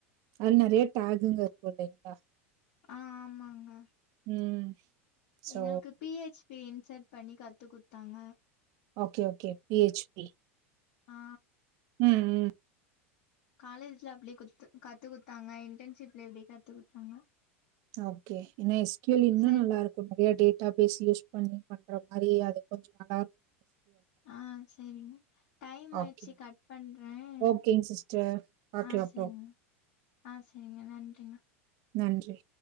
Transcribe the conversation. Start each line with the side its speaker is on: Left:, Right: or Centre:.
Right: அது நரையேட ஆகுங்க இருக்கும் இல்லைங்களா
Left: ஆ ஆமாங்க
Right: ம். ஸோ
Left: எங்களுக்கு பி ஹச் பி இன்சர்ட் பண்ணி கத்து குத்தாங்க
Right: okay okay P H P
Left: ஆ
Right: ம் ம்
Left: காலேஜ்ல அப்டியே கொஞ்ச கத்து குடுத்தாங்க இன்டன்ஷிப்ல எப்படி கத்து குடுத்தாங்க
Right: ஓகே ஏன்னா எஸ்கியூல் இன்னும்
Left: சரி
Right: நல்லா இருக்கும் நிறைய டே <unintelligible> பேசி யூஸ் பண்ணி பண்ற மாதிரி அது கொஞ்சம் நல்லா இருக்கும்
Left: ஆஹ் செரிங்க டைம் ஆயடுச்சு
Right: ஓகே.
Left: கட் பண் ன்
Right: ஓகேங்க சிஸ்டர். பாக்கலாம்
Left: ஆ
Right: அப்புறம்.
Left: செரிங்க ஆ செரிங்க நன்றிங்க
Right: நன்றி